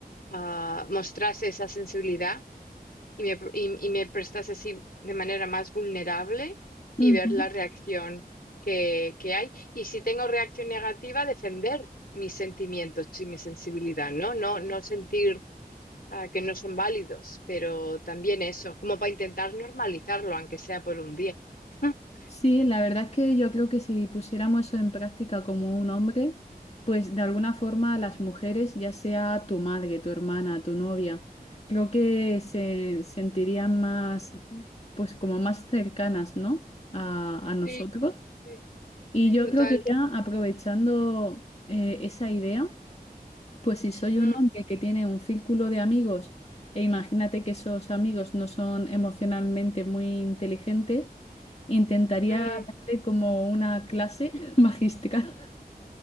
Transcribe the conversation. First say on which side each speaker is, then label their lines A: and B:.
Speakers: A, on the left; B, on the left.
A: ah, mostrase esa sensibilidad y me, y- y me prestas así de manera más vulnerable y
B: Mm.
A: ver la reacción que, que hay. Y si tengo reacción negativa, defender mis sentimientos y mi sensibilidad, ¿no? No, no sentir ah, que no son válidos, pero también eso, como para intentar normalizarlo, aunque sea por un día. <laughs>
B: Sí, la verdad es que yo creo que si pusiéramos eso en práctica como un hombre, pues de alguna forma las mujeres, ya sea tu madre, tu hermana, tu novia, creo que se sentirían más, pues como más cercanas, ¿no? A, a nosotros.
A: Sí, sí,
B: Y
A: sí,
B: yo
A: total.
B: creo que ya aprovechando eh, esa idea. Pues si soy
A: Mm,
B: un hombre que tiene un círculo de amigos e imagínate que esos amigos no son emocionalmente muy inteligentes, intentaría
A: mm.
B: darle como una clase <laughs> magistral